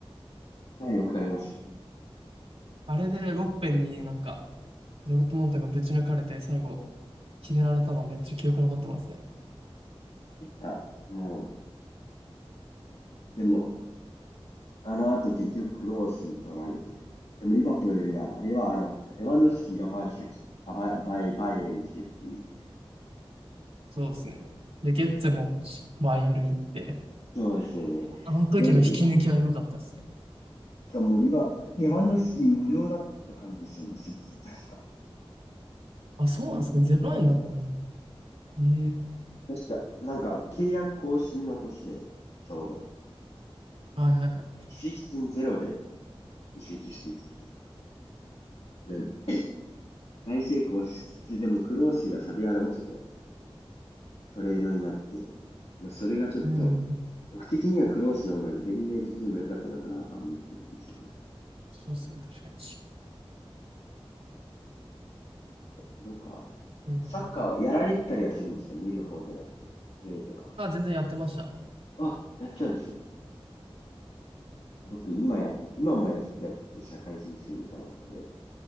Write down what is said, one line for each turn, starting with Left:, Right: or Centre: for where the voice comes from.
Left: はい、わかります。
Right: あれでロッペンになんか、ドルトムントがぶち抜かれて、最後、決められたのめっちゃ記憶に残ってますね。
Left: あ、もう、でも、あの後結局クロース取られて、でもリバプールが、あれはあの、レバンドフスキがバルサ来て、あ、バイ、バイ、バイエルン来てっていう。
Right: そうですね。で、ゲッツェもバイエルン行って、
Left: そうですよね。
Right: あの時の引き抜きはエグかったですね。
Left: ドルトが。しかもリバ、レバンドフスキ無料だった感じですよね、席確か。
Right: あ、そうなんですね。0円だったんだ。ええ
Left: 確か、なんか、契約更新の年で、ちょうど、
Right: はいはいはい。
Left: 移籍金ゼロで移籍してきてて、なんで大成功しつつ、でもクロースがサビアロンソとトレードになって、まあ、それがちょっと、
Right: うん。
Left: 僕的にはクロースの方が年齢的にも良かったのかなとは思ってるんですけど、
Right: そうですね、確かに。
Left: なんか、
Right: うん。
Left: サッカーはやられてたりはするんですか見る方じゃなくて、プレイとかは。
Right: あ、全然やってました。
Left: あ、やっちゃうんですね。僕、今や、今もやずっとやって、社会人チームかなんかで。